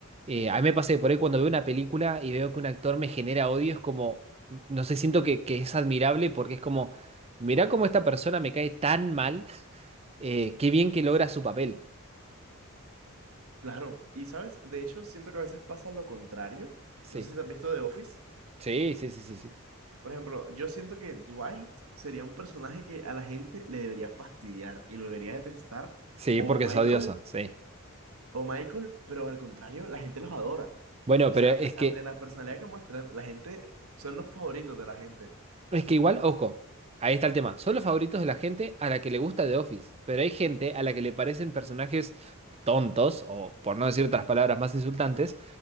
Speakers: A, on the right (about 30°); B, on the right (about 80°).
A: Eh, a mí me pasa que por ahí cuando veo una película y veo que un actor me genera odio, es como, no sé, siento que, que es admirable porque es como, mirá cómo esta persona me cae tan mal, <laughs> eh, qué bien que logra su papel.
B: Claro, y sabes, de hecho siento que a veces pasa lo contrario.
A: Sí,
B: No sé si te has visto The Office.
A: sí, sí, sí, sí, sí.
B: Por ejemplo, yo siento que Dwight sería un personaje que a la gente le debería fastidiar y lo debería detestar.
A: Sí,
B: O
A: porque
B: Michael,
A: es odioso, sí.
B: o Michael, pero al contrario, la gente los adora.
A: Bueno,
B: O
A: pero
B: sea,
A: es
B: a pesar
A: que...
B: de la personalidad que muestran, la gente son los favoritos de la gente.
A: Es que igual, ojo, ahí está el tema. Son los favoritos de la gente a la que le gusta The Office, pero hay gente a la que le parecen personajes tontos, o por no decir otras palabras más insultantes,